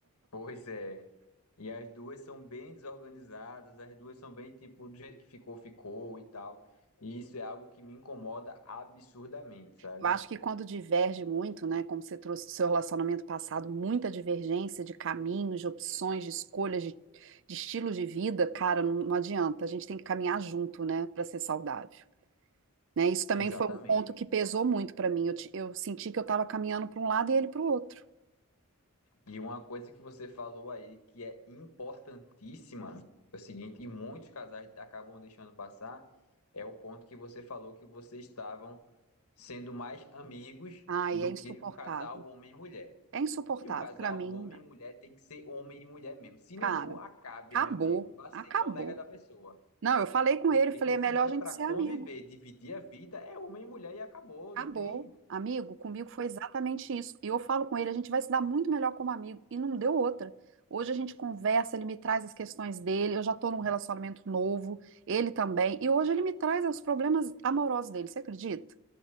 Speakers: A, on the left; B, on the right.
A: Pois é. E as duas são bem desorganizadas, as duas são bem tipo, do jeito que ficou, ficou e tal. E isso é algo que me incomoda absurdamente, sabe?
B: Eu acho que quando diverge muito, né, como você trouxe do seu relacionamento passado, muita divergência de caminhos, de opções, de escolhas, de, de estilos de vida, cara, não, não adianta. A gente tem que caminhar junto, né, para ser saudável. Né? Isso também
A: Exatamente.
B: foi um ponto que pesou muito para mim. Eu, ti- eu senti que eu estava caminhando para um lado e ele para o outro.
A: E uma coisa que você falou aí que é importantíssima, é o seguinte, e muitos casais acabam deixando passar, é o ponto que você falou que vocês estavam sendo mais amigos
B: Ai,
A: do
B: é insuportável.
A: que um casal homem e mulher.
B: É insuportável.
A: E um É, casal,
B: Para mim,
A: homem
B: não dá.
A: e mulher, tem que ser homem e mulher mesmo. Se
B: Cara,
A: não for, acabe,
B: acabou.
A: meu amigo. Vá ser
B: Acabou.
A: colega da pessoa.
B: Não, eu falei com
A: Porque
B: ele, falei,
A: se
B: é melhor
A: é
B: a gente
A: pra
B: ser amigo.
A: conviver, dividir a vida, é homem e mulher e acabou,
B: Acabou.
A: não tem?
B: Amigo, comigo foi exatamente isso. E eu falo com ele, a gente vai se dar muito melhor como amigo. E não deu outra. Hoje a gente conversa, ele me traz as questões dele. Eu já tô num relacionamento novo, ele também. E hoje ele me traz os problemas amorosos dele, você acredita?